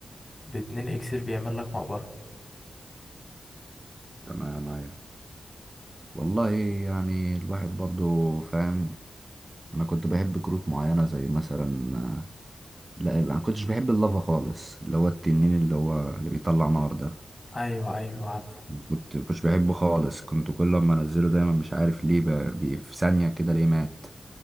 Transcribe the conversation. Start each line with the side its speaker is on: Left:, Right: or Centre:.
Left: باتنين اكسير بيعمل لك مقبرة
Right: تمام ايوه والله يعني الواحد برضو فاهم انا كنت بحب كروت معينه زي مثلا لا لا، انا كنتش بحب اللافا خالص اللي هو التنين اللي هو اللي بيطلع نار ده
Left: ايوه ايوه عارفه
Right: كنت كنتش بحبه خالص كنت كل ما انزله دايما مش عارف ليه ب... ب... في ثانية كده ليه مات